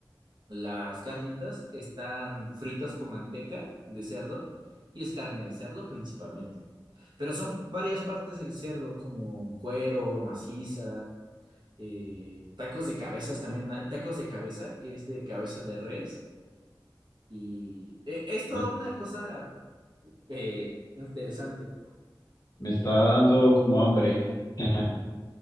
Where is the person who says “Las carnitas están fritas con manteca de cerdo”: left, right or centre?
Right